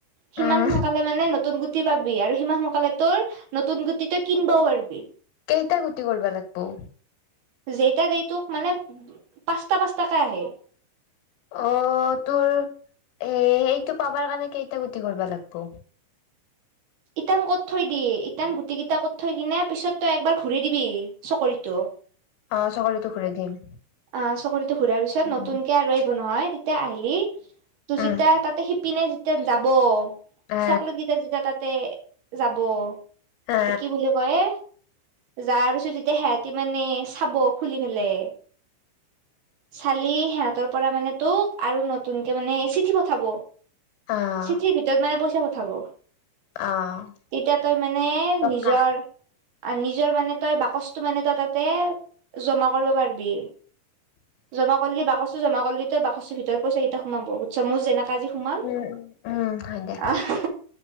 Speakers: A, on the right; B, on the left.
A: সিমান
B: উম,
A: সোনকালে মানে নতুন গুট টি পাবি আৰু সিমান সোনকালে তোৰ নতুন গুটি তই কিনিবও পাৰিবি
B: কেইটা গুটি কৰিব লাগবো
A: যেইতা দেইটোক মানে পাঁচটা পাঁচটাকে আহে
B: অ তোৰ এ এইটো পাবাৰ কাৰণে কেইটা গুটি কৰিব লাগিব
A: ইটান কত থৈ দি ইটান গুটি কেইটা কত থৈ কিনে পিছত তই একবাৰ ঘূৰি দিবি চকৰিটো
B: অ চাকৰিতো ঘূৰাই দিম
A: অ চকৰিটো ঘূৰাৰ পিছত
B: উম,
A: নতুনকে আৰু আহিব নহয় তে আহিলি তো
B: উম,
A: যেতিয়া তাতে সিপিনে যে তিয়ান যাব
B: আ,
A: চকলেট কেইটা যেতিয়া তাত তে যাব
B: আ।
A: এ কি বুলি কয়ে যাৰ পিছত যেতিয়া সিহঁতি মানে চাব খুলি পেলাই, চালি সিহঁতৰ পৰা মানে তোক আৰু নতুনকে মানে চিঠি পঠাব।
B: অ',
A: চিঠিৰ ভিতৰত মানে পইচা, থব!
B: অ',
A: তেতিয়া তই মানে
B: টকা।
A: নিজৰ, নিজৰ মানে তই বাকচটো মানে তই তাতে জমা কৰিব পাৰিবি। জমা কৰিলি বাকচটো জমা কৰিলি তই বাকচৰ ভিতৰত পইচা কেইটা সোমাব বুছ মোৰ যেনেকা, আজি সোমাল
B: উম, উম, উম, হয় দে।
A: আহ